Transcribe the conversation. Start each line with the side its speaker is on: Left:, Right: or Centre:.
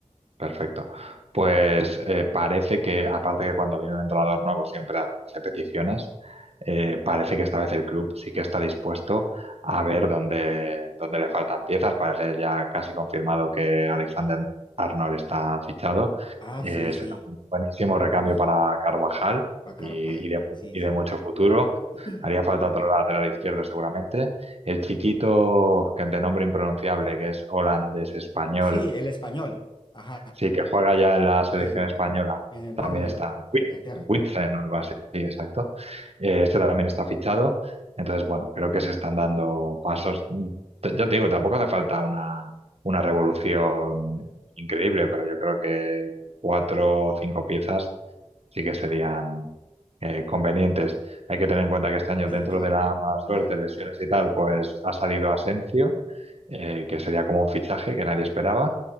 Right: Perfecto. Pues eh, parece que, aparte que cuando viene un entrenador nuevo siempre hace peticiones, eh, parece que esta vez el club sí que está dispuesto a ver dónde, dónde le faltan piezas. Parece ya casi confirmado que Alexander Arnold está fichado.
Left: Ah,
Right: Eh,
Left: sí, sí.
Right: será un buenísimo recambio
Left: Uf,
Right: para Carvajal
Left: pa' Carvajal.
Right: y, y de, mu-
Left: Sí,
Right: y
Left: sí.
Right: de mucho futuro.
Left: <clears throat>
Right: Haría falta otro lateral izquierdo seguramente. El chiquito que- de nombre impronunciable, que es holandés-español
Left: Sí, el español. Ajá.
Right: Sí, que juega ya en la selección
Left: El,
Right: española.
Left: en el Bournemouth,
Right: También está
Left: de
Right: Wi-
Left: Inglaterra.
Right: Huitzen o algo así, sí, exacto. Eh, este también está fichado. Entonces, bueno, creo que se están dando pasos. T- Yo te digo, tampoco hace falta una, una revolución increíble, pero yo creo que cuatro o cinco piezas sí que serían eh, convenientes. Hay que tener en cuenta que este año,
Left: Sí,
Right: dentro
Left: claro.
Right: de la mala
Left: Claro.
Right: suerte, lesiones y tal, pues ha salido Asensio, eh, que sería como un fichaje que nadie esperaba.